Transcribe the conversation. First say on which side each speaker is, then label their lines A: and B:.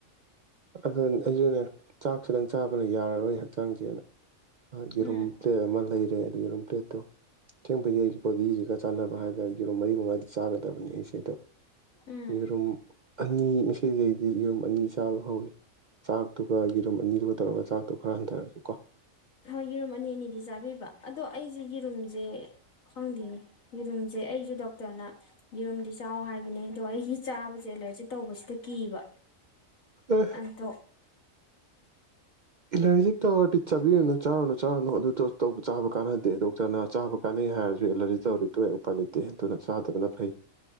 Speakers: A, on the right; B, on the left.
A: ꯑꯗꯨ ꯑꯩꯁꯨꯅꯦ ꯆꯥꯛ ꯈꯤꯇꯪ ꯆꯥꯕꯅ ꯌꯥꯔꯔꯣꯏ ꯍꯛꯆꯥꯡꯁꯦꯅ ꯌꯦꯔꯨꯝ
B: ꯎꯝ
A: ꯄ꯭ꯂꯦꯠ ꯑꯃ ꯂꯩ ꯦ ꯑ ꯌꯦꯔꯨꯝ ꯄ꯭ꯂꯦꯠꯇꯣ ꯊꯦꯡꯕꯩꯗꯤ ꯑꯩꯒꯤ ꯕꯣꯗꯤꯁꯤꯒ ꯆꯥꯟꯅꯕ ꯍꯥꯏꯇꯥꯔꯦ ꯌꯦꯔꯨꯝ ꯃꯔꯤ ꯃꯉꯥꯗꯤ ꯆꯥꯒꯗꯕꯅꯤ ꯑꯩꯁꯦ ꯑꯩꯗꯣ
B: ꯎꯝ
A: ꯌꯦꯔꯨꯝ ꯑꯅꯤ ꯉꯁꯤꯗꯒꯤꯩꯗꯤ ꯌꯦꯔꯨꯝ ꯑꯅꯤ ꯆꯥꯕ ꯍꯧꯋꯤ ꯆꯥꯛꯇꯨꯒ ꯌꯦꯔꯨꯝ ꯑꯅꯤꯗꯨꯒ ꯇꯧꯔꯒ ꯆꯥꯛꯇꯣ ꯈꯔ ꯍꯟꯊꯔꯁꯨ ꯀꯣ
B: ꯍꯣꯏ ꯌꯦꯔꯨꯝ ꯑꯅꯤ ꯑꯅꯤꯗꯤ ꯆꯥꯕꯤꯕ ꯑꯗꯣ ꯑꯩꯁꯦ ꯌꯦꯔꯨꯝꯁꯦ ꯈꯪꯗꯦꯅꯦ ꯌꯦꯔꯨꯝꯁꯦ ꯑꯩꯁꯨ ꯗꯣꯛꯇꯔꯅ ꯌꯦꯔꯨꯝꯗꯤ ꯆꯥꯎ ꯍꯥꯏꯕꯅꯦ ꯑꯗꯣ ꯑꯩꯒꯤ ꯆꯥꯕꯁꯦ ꯑꯦꯂꯔꯖꯤ ꯇꯧꯕꯁꯤꯗ ꯀꯤꯕ
A: ꯑꯦ
B: ꯑꯗꯣ
A: ꯑꯦꯂꯔꯖꯤ ꯍꯦ ꯇꯧꯔꯗꯤ ꯆꯥꯕꯤꯔꯨꯅꯨ ꯆꯥꯔꯨ ꯆꯥꯔꯨꯅꯨ ꯑꯗꯨ ꯇ ꯇ ꯆꯥꯕ ꯀꯥꯟꯅꯗꯦ ꯗꯣꯛꯇꯔꯅ ꯆꯥꯕ ꯀꯥꯟꯅꯩ ꯍꯥꯏꯔꯁꯨ ꯑꯦꯂꯔꯖꯤ ꯇꯧꯔꯔꯤ ꯂꯄꯥ ꯂꯩꯇꯦ ꯍꯦꯟꯗꯨꯨꯅ ꯆꯥꯗꯕꯅ ꯐꯩ